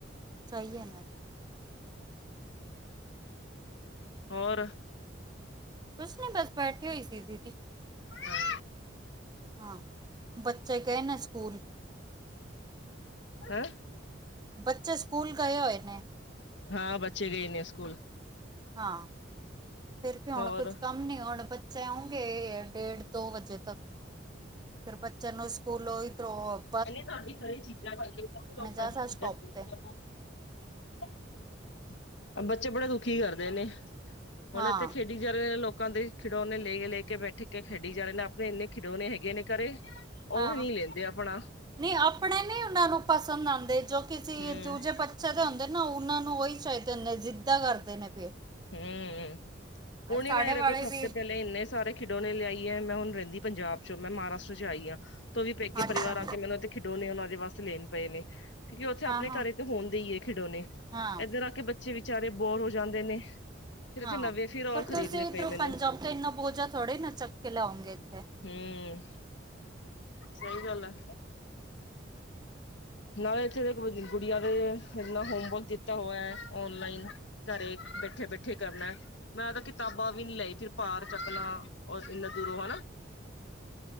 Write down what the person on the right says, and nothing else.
ਸਹੀ ਹੈ ਨਾ।
ਕੁਛ ਨੀ ਬਸ ਬੈਠੇ ਹੋਈ ਸੀ ਦੀਦੀ।
ਹਾਂ, ਬੱਚੇ ਗਏ ਨੇ ਸਕੂਲ।
ਬੱਚੇ ਸਕੂਲ ਗਹੇ ਹੋਏ ਨੇ।
ਹਾਂ ਫਿਰ ਕਿ ਹੁਣ
ਕੁੱਝ ਕੰਮ ਨੀ ਹੁਣ ਬੱਚੇ ਆਉਂਗੇ ਡੇਢ -ਦੋ ਵਜੇ ਤੱਕ। ਫਿਰ ਬੱਚਿਆਂ ਨੂੰ ਸਕੂਲੋਂ ਹੀ ਤਰੋ
ਜਾ
ਸਾ
ਸਟੋਪ
ਤੇ
ਹਾਂ
ਹਾਂ
ਨਹੀਂ ਆਪਣੇ ਨੀ ਉਹਨਾ ਨੂੰ ਪਸੰਦ ਆਉਂਦੇ ਜੋ ਕਿਸੀ
ਦੂਜੇ ਬੱਚੇ ਦੇ ਹੁੰਦੇ ਨੇ, ਉਹਨਾਂ ਨੂੰ ਉਹੀ ਚਾਹੀਦੇ ਹੁੰਦੇ। ਜਿੱਦਾਂ ਕਰਦੇ ਨੇ ਫੇਰ।
ਸਾਡੇ
ਵਾਲੇ
ਵੀ
ਅੱਛਾ
ਹਾਂ ਹਾਂ
ਹਾਂ
ਹਾਂ
ਪਰ
ਤੁਸੀਂ ਇੱਧਰੋਂ
ਪੰਜਾਬ ਤੋਂ ਇੰਨਾ ਬੋਝਾ ਥੋੜ੍ਹੇ ਨਾ ਚੱਕ ਕੇ ਲਾਓਗੇ ਇੱਥੇ।